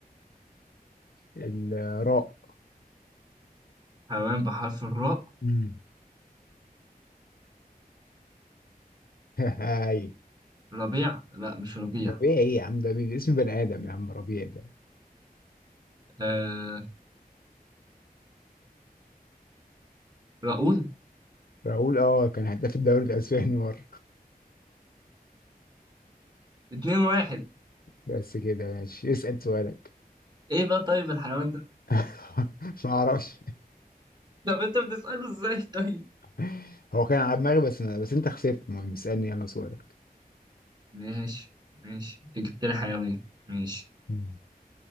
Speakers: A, on the left; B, on the right.
A: الراء
B: حيوان بحرف الراء
A: امم <laughs> هاي
B: ربيع لا مش ربيع
A: ربيع ايه يا عم ده بي- اسم بني ادم يا عم ربيع ده
B: آه راؤول
A: راؤول اه كان هداف الدوري الاسباني <laughs> مره
B: اتنين واحد
A: بس كده ماشي اسال سؤالك
B: إيه بقى طيب الحيوان ده
A: <laughs> ما اعرفش
B: طب أنت بتسأله إزاي طيب
A: <laughs> هو كان على دماغي بس بس انت خسرت المهم اسالني يلا سؤالك
B: ماشي ماشي أنت جبت لي حيوان ماشي
A: مم.